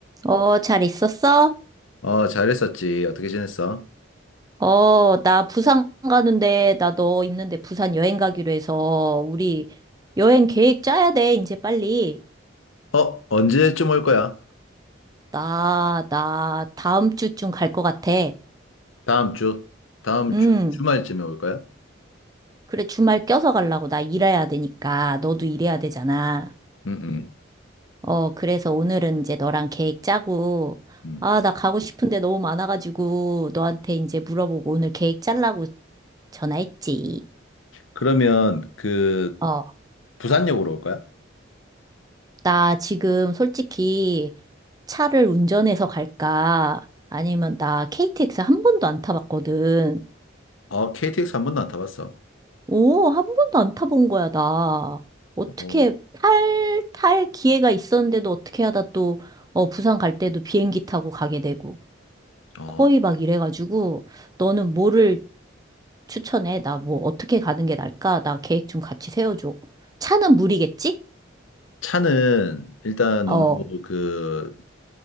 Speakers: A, on the right (about 20°); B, on the left (about 80°).
A: 어, 잘 있었어?
B: 어, 잘했었지. 어떻게 지냈어?
A: 어, 나 부산 가는데, 나 너 있는데 부산 여행 가기로 해서, 우리 여행 계획 짜야 돼, 이제 빨리.
B: 어, 언제쯤 올 거야?
A: 나, 나 다음 주쯤 갈 것 같아.
B: 다음 주. 다음
A: 음,
B: 주 주말쯤에 올 거야?
A: 그래, 주말 껴서 가려고. 나 일해야 되니까. 너도 일해야 되잖아.
B: 응, 응.
A: 어, 그래서 오늘은 이제 너랑 계획 짜고,
B: 응.
A: 아, 나 가고 싶은데 너무 많아가지고, 너한테 이제 물어보고 오늘 계획 짜려고 전화했지.
B: 그러면 그
A: 어
B: 부산역으로 올 거야?
A: 나 지금 솔직히 차를 운전해서 갈까? 아니면 나 KTX 한 번도 안 타봤거든.
B: 어, KTX 한 번도 안 타봤어.
A: 오, 한 번도 안 타본 거야, 나. 어떻게
B: 어,
A: 탈, 탈 기회가 있었는데도 어떻게 하다 또, 어, 부산 갈 때도 비행기 타고 가게 되고.
B: 어.
A: 거의 막 이래가지고, 너는 뭐를 추천해? 나 뭐 어떻게 가는 게 나을까? 나 계획 좀 같이 세워줘. 차는 무리겠지?
B: 차는 일단
A: 어,
B: 너무 그,